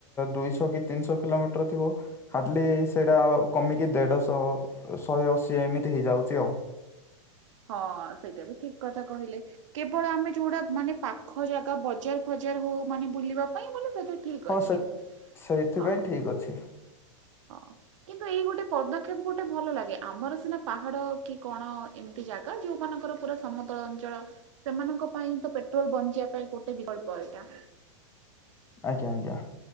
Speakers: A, on the left; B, on the right.
A: ଦୁଇଶ କି ତିନିଶ କିଲୋମିଟର ଥିବ ହାର୍ଡ଼ଲି ସେଇଟା କମିକି ଦେଢ଼ଶହ ଶହେ ଅଶୀ ଏମିତି ହେଇଯାଉଚି ଆଉ।
B: ହଁ ସେଇଟା ବି ଠିକ କଥା କହିଲେ। କେବଳ ଆମେ ଯୋଉଟା ମାନେ ପାଖ ଜାଗା ବଜାର ଫଜାର ହଉ ମାନେ ବୁଲିବା ପାଇଁ ବୋଲେ ସେଇଟା ଠିକ୍
A: ହଁ
B: ଅଛି
A: ସେ ସେଇଥିପାଇଁ
B: ହଁ।
A: ଠିକ୍ ଅଛି।
B: ହଁ କିନ୍ତୁ ଏଇ ଗୋଟେ ପଦକ୍ଷେପ ଗୋଟେ ଭଲ ଲାଗେ ଆମର ସିନା ପାହାଡ଼ କି କଣ ଏ ଜାଗା ଯୋଉମାନଙ୍କର ପୁରା ସମତଳ ଅଞ୍ଚଳ ସେମାନଙ୍କ ପାଇଁ ତ ପେଟ୍ରୋଲ ବଞ୍ଚିବା ପାଇଁ ଗୋଟେ ବିକଳ୍ପ ଏଇଟା।
A: ଆଜ୍ଞା ଆଜ୍ଞା।